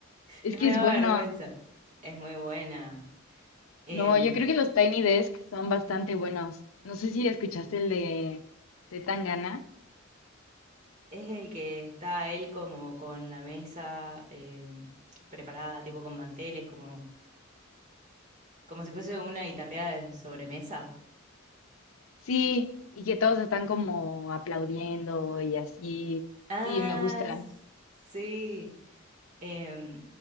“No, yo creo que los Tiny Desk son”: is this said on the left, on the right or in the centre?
Left